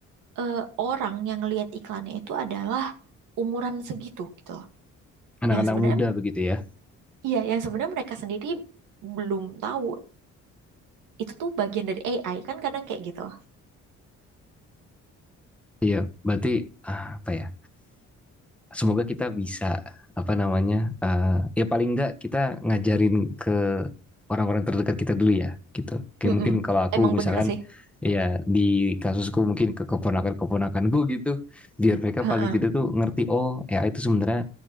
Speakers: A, on the right; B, in the centre.
A: eh, orang yang lihat iklannya itu adalah umuran segitu gitu loh.
B: anak-anak
A: Yang sebenarnya
B: muda begitu ya.
A: iya, yang sebenarnya mereka sendiri belum tahu itu tuh bagian dari AI kan kadang kayak gitu.
B: Iya, berarti ah, apa ya? Semoga kita bisa apa namanya? eh, ya paling enggak kita ngajarin ke orang-orang terdekat kita dulu ya, gitu. Kayak
A: Mm-mm.
B: mungkin kalau aku
A: Emang
B: misalkan
A: bener sih.
B: ya di kasusku mungkin ke keponakan-keponakanku gitu, biar mereka
A: Heeh.
B: paling tidak tuh ngerti oh ya itu sebenarnya